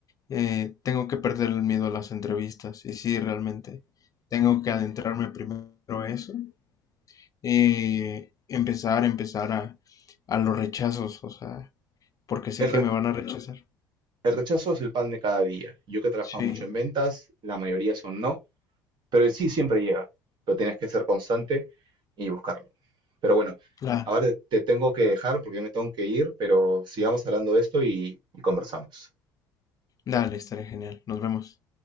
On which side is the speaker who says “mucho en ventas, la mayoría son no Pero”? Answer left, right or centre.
Right